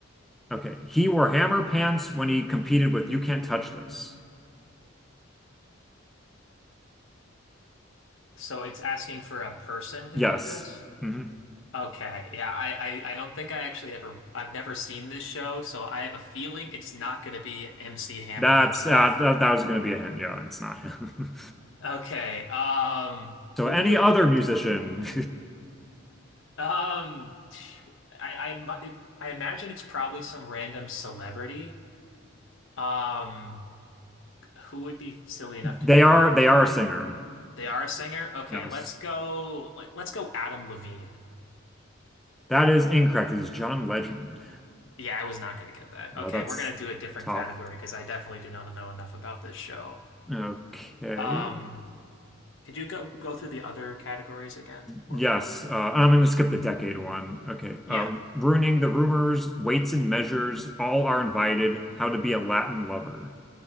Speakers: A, in the centre; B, on the left (about 70°).
A: okay. He wore hammer pants when he competed with You Can't Touch This.
B: So it's asking for a person who
A: Yes.
B: did this?
A: hmm
B: Okay. Yeah, I, I, I don't think I actually ever, I've never seen this show, so I have a feeling it's not going to be MC Hammer
A: That's
B: himself.
A: uh, that, that was going to be a hint. Yeah, it's not him.
B: Okay. Um,
A: <laughs>
B: who
A: So any
B: would,
A: other musician.
B: d- um, I, I, mu- it, I imagine it's probably some random celebrity. Um, who would be silly
A: <laughs>
B: enough to
A: They
B: do
A: are
B: that?
A: they are a singer.
B: They are a singer? Okay,
A: Yes.
B: let's go let, let's go Adam Levine.
A: That is incorrect. It is John Legend.
B: Yeah, I was not gonna get that.
A: No,
B: Okay,
A: that's
B: we're gonna do a different
A: tough.
B: category because I definitely do not know enough about this show.
A: Okay.
B: Um, could you go go through the other categories again for
A: Yes.
B: me?
A: Uh, I'm going to skip the decade one. Okay.
B: Yeah.
A: Uh, ruining the rumors, weights and measures, all are invited. How to be a Latin lover.